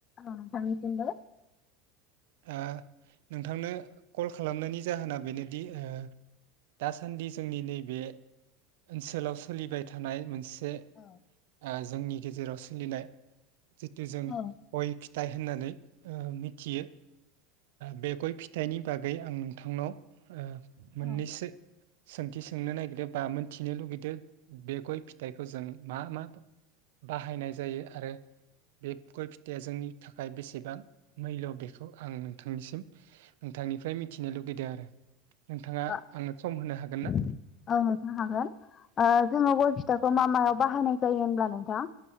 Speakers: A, on the left; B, on the right.
A: नोंथांनिसिमबो
B: ओ नोंथांनो कल खालामनायनि जाहोना बेनोदि ओ दासान्दि जोंनि नैबे ओनसोलाव सोलिबाय थानाय मोनस से
A: औ
B: ओ जोंनि गेजेराव सोलिनाय। जितु जों
A: औ
B: बयबो। दाय होननानै ओ। फिसियो बे गय फिथाइनिफ्राय बागै आं नोंथांनाव ओ। मोननैसो
A: औ
B: सोंथि सोंनो नागिरो बा मोनथिनो लुबैदों बे गय फिथाइखौ जों मा-मा बाहायनाय जायो आरो बे गय फिथाइया जोंनि। थाखाय बेसेबां हेल' बेखौ आं नोंथांनिसिम नोंथांनिफ्राय मिथिनो लुगैदों आरो। नोंथाङा
A: <unintelligible>
B: आंनो सम होनो हागोन ना?
A: औ नोंथां होनो हागोन जोंनाव गय फिथ थाइखौ मा-मायाव बाहायनाय जायो होनब्ला नोंथां?